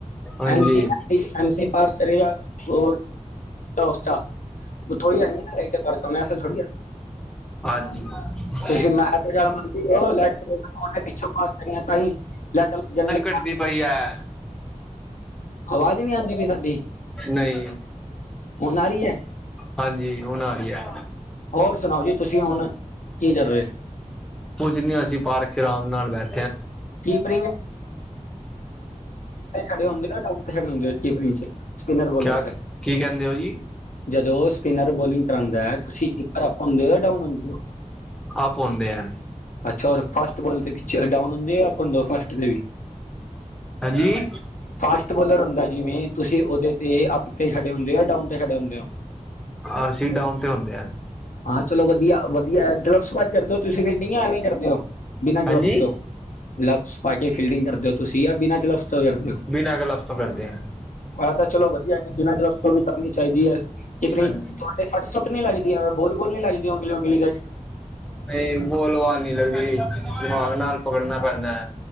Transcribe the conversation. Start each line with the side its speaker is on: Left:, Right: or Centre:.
Centre: ਹਾਂਜੀ
Left: ਐਮ ਸੀ ਐਮ ਸੀ ਪਾਸ ਹੋਰ ਟੋਸਟਾ ਬਥੋਈ ਆਈ <inaudible> ਇਹੇ ਟੈਬਾਰ ਕਮੇਸ ਥੋੜੀ ਐ।
Centre: ਹਾਂਜੀ। <unintelligible>
Left: ਤੁਸੀਂ ਮੈਂ ਤੇ ਜਲ ਦੀ ਹੋ ਲੈ ਉਹਨੇ ਪਿੱਛੋਂ ਪਾਸ ਕਰਆਂ ਭਾਈ <inaudible> ਲੈਟ ਜਨਲ <inaudible>
Centre: ਘਟਦੀ ਪਈ ਹੈ।
Left: ਆਵਾਜ਼ ਨਹੀਂੀ ਆਉਂਦੀ ਪਈ ਸਾਡੀ
Centre: ਨਹੀਂ
Left: ਹੁਣ ਆ ਰਹੀ ਹੈ?
Centre: ਹਾਂਜੀ ਹੁਣ ਆ ਰਹੀ ਹੈ।
Left: ਹੋਰ ਸੁਣਾਓ ਜੀ ਤੁਸੀਂ ਹੁਣ ਕੀ ਕਰ ਰਹੇ
Centre: ਕੁੱਝ ਨ ਅਸੀਂ ਪਾਰਕ ਚ ਆਰਾਮ ਨਾਲ ਬੈਠ
Left: ਕੀਪ ਤੁੰ ਖੜੇ ਹੁੰਦੇ ਖੜੇ ਹੁੰਦੇ ਚਿਪਰੀ ਚ ਸਪਿਨਰ ਬੋਲਰ
Centre: ਕਿਆ
Left: ਤੇ।
Centre: ਕੀ ਕਹਿੰਦੇ ਹੋ ਜੀ
Left: ਜਦੋਂ ਸਪਿਨਰ ਬੋਲਿੰਗ ਕਰਾਉਂਦਾ ਹੈ ਤੁਸੀਂ ਕੀਪਰ ਅਪ ਹੁੰਦੇ ਹੋ ਡਾਊਨ ਹੁੰਦੇ ਹੋ।
Centre: ਆ ਪਾਉਂਦੇ ਆ।
Left: ਅੱਛਾ, ਔਰ ਫਾਸਟ ਬੋਲ ਤੇ ਵੀ ਡਾਊਨ ਹੁੰਦੇ ਫਾਸਟ ਤੇ ਵੀ
Centre: ਹਾਂਜੀ।
Left: ਫਾਸਟ ਬੋਲਰ ਹੁੰਦਾ ਜਿਵੇਂ, ਤੁਸੀਂ ਉਹਦੇ ਤੇ ਅਪ ਤੇ ਖੜੇ ਹੁੰਦੇ ਹੋ, ਡਾਊਨ ਤੇ ਖੜੇ ਹੁੰਦੇ ਹੋ।
Centre: ਹਾਂ ਅਸੀਂ ਡਾਊਨ ਤੇ ਹੁੰਦੇ ਹਾਂ।
Left: ਆ ਚਲੋ ਵਧੀਆ- ਵਧੀਆ ਗਲਬਸ ਪਾ ਕੇ ਕਰਦੇ ਹੋ ਤੁਸੀਂ ਫੇਰ, ਨਹੀਂ ਐਵੇਂ ਕਰਦੇ ਹੋ ਬਿਨਾਂ
Centre: ਹਾਂਜੀ
Left: ਗਲਬਸ ਤੋਂ। ਗਲਬਸ ਪਾ ਕੇ ਫੀਲਡਿੰਗ ਕਰਦੇ ਹੋ ਤੁਸੀਂ, ਜਾ ਬਿਨਾਂ ਯਾ ਬਿਨਾਂ ਗਲਬਸ ਤੋਂ ਕਰ ਦੇ ਹੋ।
Centre: ਬਿਨਾਂ ਗਲਵਸ ਤੋਂ ਕਰਦੇ ਆ
Left: ਆ ਤਾਂ ਚਲੋ ਵਧੀਆ ਬਿਨਾਂ ਗਲਬਸ ਤੋਂ ਵੀ ਕਰਨੀ ਚਾਹੀਦੀ ਹੈ, ਕਿ ਆਪਣੀ
Centre: ਹਾਂਜੀ
Left: ਤੁਹਾਡੇ ਸੱਟ ਸੁੱਟ ਨੀ ਲੱਗਦੀ ਹੈ। ਬੋਲ- ਬੁਲ ਨੀ ਲਗਦੀਂ ੳਗਲੀ- ਉਂਗਲੀ ਵਿੱਚ?
Centre: ਨਹੀਂ ਬੋਲ ਵਾਲ ਨਹੀਂ ਲੱਗਦੀ, ਦਿਮਾਗ ਨਾਲ ਪਕੜਨਾ ਪੈਂਦਾ।